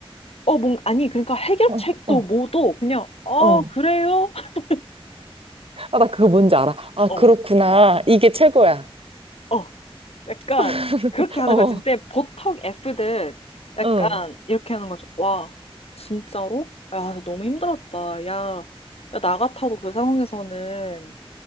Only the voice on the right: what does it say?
어, 어,
어.
아, 나 그거 뭔지 알아. 아,
그렇구나. 이게 최고야.
<laughs>
어,
응,